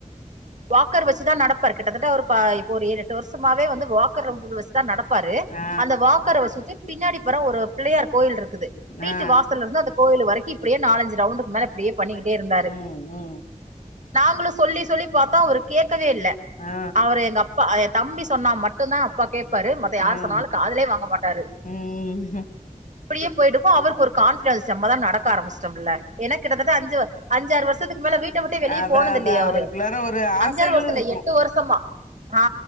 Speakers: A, on the right; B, on the left.
A: வாக்கர் வெச்சுதா நடப்பார் கிட்டத்தட்ட ஒரு பா இப்போ ஒரு ஏழு எட்டு வருஷமாவே வந்து வாக்கர் வெச்சு நா நடப்பாரு
B: ஆ
A: அந்த வாக்கர வெச்சிட்டு பின்னாடி போற ஒரு பிள்ளையார் கோயில் இருக்குது வீட்டு
B: ஆ
A: வா சலந்து அந்த கோயில் வரைக்கு இப்டியே நாலஞ்சு ரவுண்டுக்கு மேல இப்டியே பண்ணிக்கிட்டே இருந்தாரு
B: ம் ம்
A: நாங்களு சொல்லி சொல்லி பாத்தோ அவரு கேட்கவே இல்ல
B: ஆ
A: அவர் எங்க அப் பா என் தம்பி சொன்னா மட்டுந்தா அப்பா கேப்பாரு மத்த
B: ம்
A: யார் சொன்னாலு காதுலயே வாங்க மாட்டாரு
B: ம்
A: இப்டியே போயிட்டு இருக்கோ அவருக்கு ஒரு கான்ஃபிடன்ஸ் வந்ச்சு நம்மதா நடக்க ஆரம்பிச்சிட்டமல்ல ஏனா கிட்டத்தட்ட அஞ்சு அஞ்சாறு வருஷத்து க்கு மேல வீட்ட விட்டு வெளிய
B: அதா
A: போனது
B: அதா
A: இல்லையே அவரு
B: அவருக்குள்ளார ஒரு ஆசைகளு
A: அஞ்சாறு வருஷோ இல்ல
B: இருக்கு
A: எட்டு வருஷமா ஆ